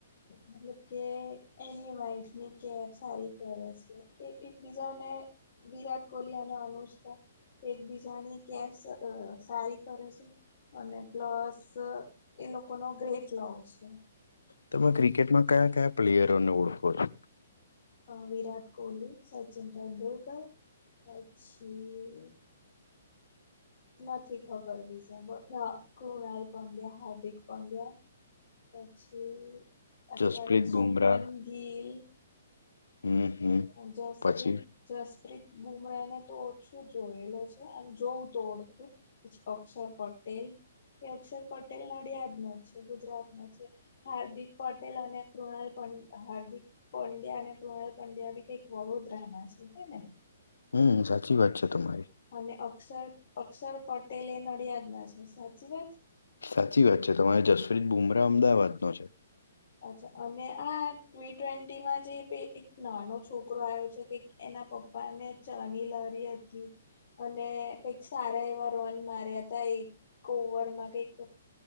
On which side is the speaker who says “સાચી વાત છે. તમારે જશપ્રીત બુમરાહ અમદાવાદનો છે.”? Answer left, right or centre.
Left